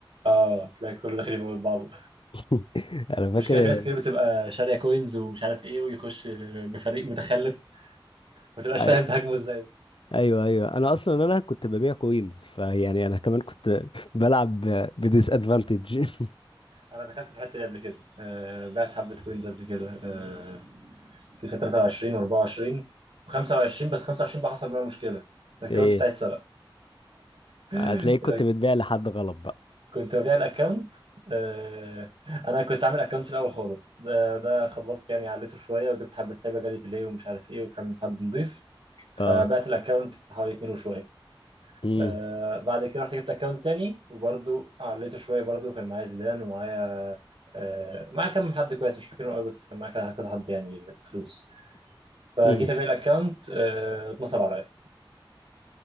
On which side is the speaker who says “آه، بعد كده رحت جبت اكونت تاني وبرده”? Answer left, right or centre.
Right